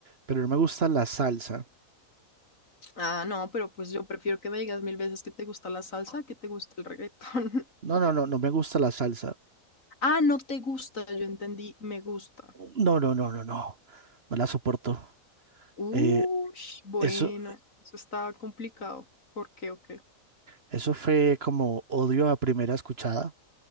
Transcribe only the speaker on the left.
Ah, no, pero pues yo prefiero que me digas mil veces que te gusta la salsa, que te gusta el reggaetón. <laughs>
Ah, no te gusta, yo entendí, me gusta.
Uy,
bueno,
eso está complicado. ¿Por qué o qué?